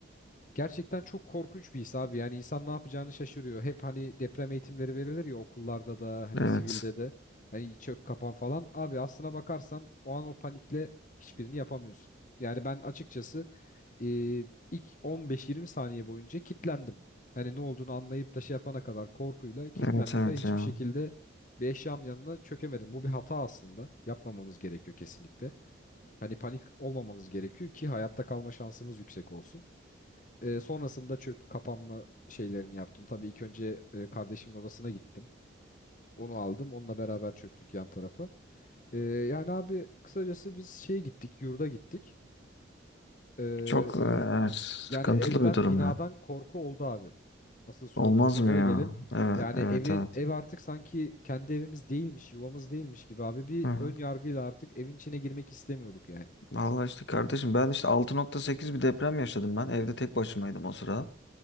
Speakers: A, on the left; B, on the left.
A: gerçekten çok korkunç bir his abi. Yani insan ne yapacağını şaşırıyor. Hep hani deprem eğitimleri verilir ya okullarda da hani
B: Evet.
A: sivilde de. Hani çök kapan falan. Abi aslına bakarsan o an o panikle hiçbirini yapamıyorsun. Yani ben açıkçası e, ilk 15-20 saniye boyunca kitlendim. Hani ne olduğunu anlayıp da şey yapana kadar korkuyla kitlendim
B: Evet evet
A: ve hiçbir
B: ya.
A: şekilde bir eşyanın yanına çökemedim. Bu bir hata aslında. Yapmamamız gerekiyor kesinlikle. Hani panik olmamamız gerekiyor ki hayatta kalma şansımız yüksek olsun. E, sonrasında çöp kapanma şeylerini yaptım. Tabii ilk önce e, kardeşimin odasına gittim. Onu aldım. Onunla beraber çöktük yan tarafa. E, yani abi kısacası biz şeye gittik, yurda gittik. E,
B: Çok e, evet, sıkıntılı
A: Yani evden
B: bir durum
A: binadan
B: ya.
A: korku oldu abi. Asıl sorduğun
B: Olmaz
A: soruya
B: mı ya?
A: gelim.
B: Evet,
A: Yani
B: evet,
A: evi
B: evet.
A: ev artık sanki kendi evimiz değilmiş, yuvamız değilmiş gibi abi. Bir
B: Hı hı.
A: ön yargıyla artık evin içine girmek istemiyorduk yani.
B: Vallahi işte kardeşim ben işte 6.8 bir deprem yaşadım ben. Evde tek başımaydım o sırada.